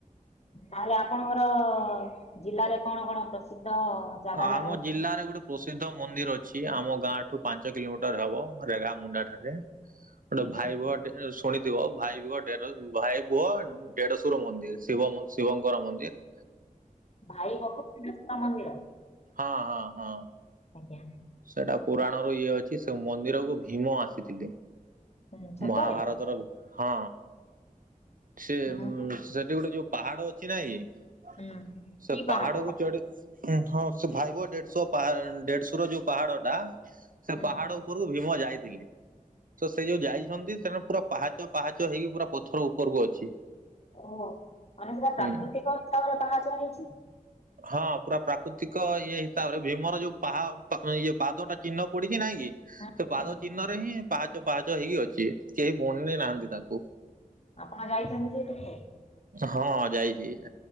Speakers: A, on the left (about 50°); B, on the right (about 70°).
A: ତାହେଲେ ଆପଣଙ୍କର ଜିଲ୍ଲାରେ କଣ କଣ ପ୍ରସିଦ୍ଧ? ଜାଗା
B: ଆମ
A: ଯାକ ଅଛି?
B: ଜିଲ୍ଲାରେ ଗୋଟେ ପ୍ରସିଦ୍ଧ ମନ୍ଦିର ଅଛି, ଆମ ଗାଁ ଠୁ ପାଞ୍ଚ କିଲୋମିଟର ହେବ, ରେଗା ମୁଣ୍ଡା ଠାରେ। ଗୋଟେ
A: ଆଜ୍ଞା
B: ଭାଇ ଭୋଅ ଶୁଣିଥିବ ଭାଇ ଭଅ ଡେର ଭାଇ ଭୁଅ ଦେଢଶୁ ର ମନ୍ଦିର୍ ଶିବ ଶିବଙ୍କର ମନ୍ଦିର୍
A: ଭାଇ ବଣେଶ୍ୱଵର ମନ୍ଦିର <unintelligible>
B: ହଁ ହଁ ହଁ
A: ଓ <unintelligible>
B: ସେଟା ପୁରାଣ ର ଇଏ ଅଛି ସେ ମନ୍ଦିରକୁ ଭୀମ ଆସିଥିଲେ
A: ହୁଁ ସତରେ
B: ମହାଭାରତର ହଁ ସେ
A: ହୁଁ
B: ଉଁ ସେଠି ଗୋଟେ ଯୋଉ ପାହାଡ ଅଛି ନାଇଁ କି
A: ହୁଁ
B: ସେ
A: କି ପାହାଡ
B: ପାହାଡକୁୁ ଚଢ ହୁଁ ହଁ ସେ ଭାଇବ ଦେଢଶ ପାହା ଦେଢଶ ର ଯୋଉ ପାହାଡ ଟା ସେ
A: ହୁଁ
B: ପାହାଡ ଉପରକୁ ଭୀମ ଯାଇଥିଲେ ତ ସେ ଯୋଉ ଯାଇଛନ୍ତି ସେଠ ପୁରା ପାହାଚ ପାହାଚ ହେଇକି ପୁରା ପଥର ଉପରକୁ ଅଛି
A: ଓହୋ ମାନେ ସେଟା
B: ହୁଁ
A: ପ୍ରାକୃତିକ ଉସରେ ପାହାଚ ହେଇଛି
B: ହଁ ପୁରା ପ୍ରାକୃତିକ ଇଏ ହିସାବରେ ଭୀମର ଯୋଉ ପାହ ତ ଇଏ ପାଦ ଟା ଚିହ୍ନ ପଡିଛି ନାଇଁ କି ସେ
A: ହୁଁ
B: ପାଦ
A: ହୁଁ,
B: ଚିହ୍ନରେ ହିଁ ପାହାଚ ପାହାଚ ହେଇକି ଅଛି କେହି ବନେ ନାହାନ୍ତି ତାକୁ
A: ଆପଣ ଯାଇଛନ୍ତି ସେଇଠିକୁ
B: ହଁ ଯାଇଛି